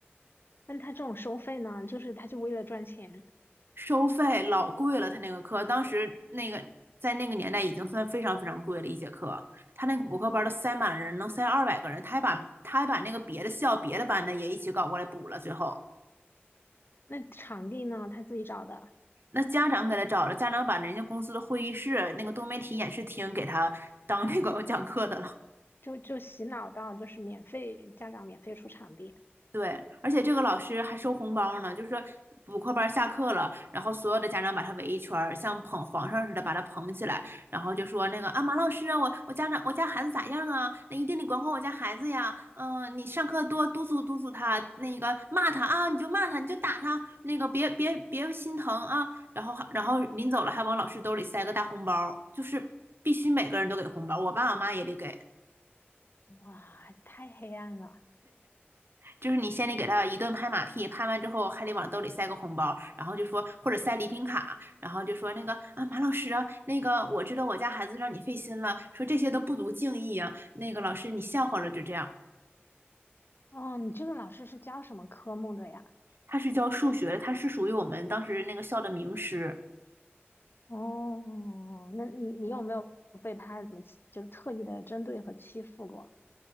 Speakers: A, on the left; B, on the right.
A: 那他这种收费呢，就是他就为了赚钱。
B: 收费老贵了。他那个课当时那个在那个年代已经算非常非常贵了一节课。他那个补课班儿都塞满人，能塞二百个人，他还把他还把那个别的校别的班的也一起搞过来补了，最后。
A: 那场地呢，他自己找的，
B: 那家长给他找了，家长把人家公司的会议室那个多媒体演示厅给他当那个讲课的了。
A: 就就洗脑到就是免费，家长免费出场地。
B: 对，而且这个老师还收红包呢，就是补课班下课了，然后所有的家长把他围一圈儿像捧皇上似的把他捧起来，然后就说那个啊，马老师啊，我我家长我家孩子咋样啊？那一定得管管我家孩子呀，嗯、你上课多督促督促他，那个骂他啊，你就骂他，你就打他，那个别别别心疼啊。然后还然后临走了还往老师兜里塞个大红包，就是必须每个人都给红包，我爸我妈也得给。
A: 哇，太黑暗了。
B: 就是你先得给他一顿拍马屁，拍完之后还得往兜里塞个红包，然后就说或者塞礼品卡，然后就说那个啊马老师啊，那个我知道我家孩子让你费心了，说这些都不足敬意啊，那个老师你笑话了就这样。
A: 哦，你这个老师是教什么科目的呀？
B: 他是教数学，他是属于我们当时那个校的名师。
A: 哦，那你你有没有被他怎么欺就特意的针对和欺负过？